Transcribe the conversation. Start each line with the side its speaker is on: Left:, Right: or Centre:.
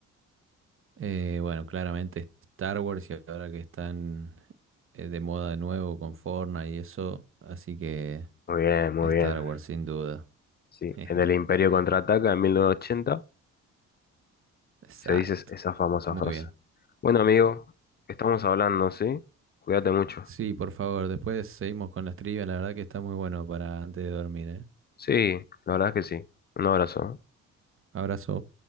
Right: Eh, bueno, claramente Star Wars y ahora que están eh, de moda de nuevo con Fortnite y eso, así que
Left: Muy bien, muy
Right: Star
Left: bien.
Right: Wars sin duda.
Left: Sí,
Right: <laughs> Jeje,
Left: en el Imperio Contraataca en 1980
Right: Exacto.
Left: se dice esa famosa
Right: Muy
Left: frase.
Right: bien.
Left: Bueno, amigo, estamos hablando, ¿sí? Cuídate mucho.
Right: Sí, por favor, después seguimos con las trivias, la verdad que está muy bueno para antes de dormir, ¿eh?
Left: Sí, la verdad es que sí. Un abrazo.
Right: Abrazo.